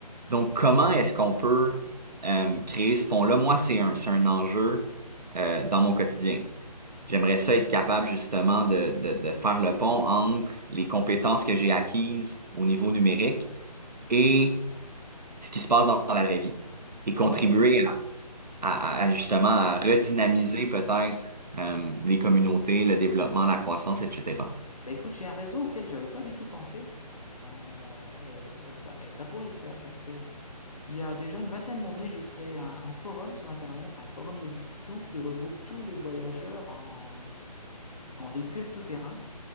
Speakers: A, on the right; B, on the left.
A: Donc, comment est-ce qu'on peut euh, créer ce pont-là? Moi, c'est un, c'est un enjeu euh, dans mon quotidien. J'aimerais ça être capable justement de, de, de faire le pont entre les compétences que j'ai acquises au niveau numérique et ce qui se passe dans, dans la vraie vie et contribuer
B: Et moi, il y a-
A: à, à- à justement à redynamiser peut-être euh, les communautés, le développement, la croissance, etc.
B: bah, écoute, j'ai un réseau auquel j'avais pas du tout pensé. euh, et, et ça, et ça pourrait le faire parce que Il y a déjà une vingtaine d'années, j'ai créé un, un forum sur Internet, un forum de discussion qui regroupe tous les voyageurs en, en véhicule tout-terrain,